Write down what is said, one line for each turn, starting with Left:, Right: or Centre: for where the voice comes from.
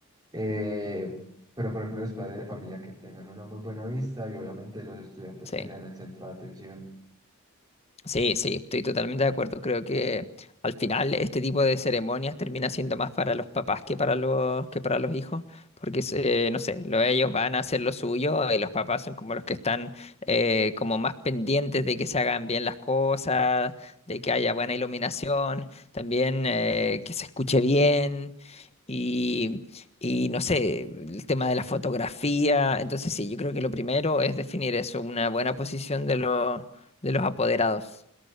Right: Eh, pero por ejemplo los padres de familia que tengan una muy buena vista y obviamente los estudiantes
Left: sí.
Right: que sean el centro de atención.
Left: Sí, sí, estoy totalmente de acuerdo. Creo que al final este tipo de ceremonias termina siendo más para los papás que para los que para los hijos, porque se- no sé, lo- ellos van a hacer lo suyo y los papás son como los que están eh, como más pendientes de que se hagan bien las cosas, de que haya buena iluminación, también eh, que se escuche bien y y no sé, el tema de la fotografía. Entonces sí, yo creo que lo primero es definir eso, una buena posición de los de los apoderados.